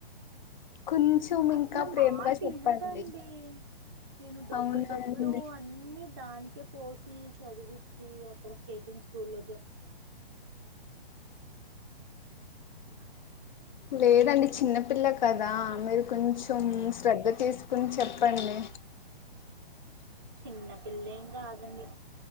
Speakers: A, on the left; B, on the right.
A: కొంచెం
B: <unintelligible> అసలు
A: ఇంకా ప్రేమగా
B: మాట
A: చెప్పండి
B: వినదండి నేను డబ్బులు
A: అవునా
B: డబ్బులు
A: అండి
B: అన్ని దానికి పోసి చదివచ్చి అక్కడ స్టేటింగ్స్ స్కూల్ <inaudible>
A: లేదండి చిన్న పిల్లలు కదా మీరు కొంచెం శ్రద్ధ తీసుకుని చెప్పండి
B: చిన్నపిల్ల ఏం కాదండి.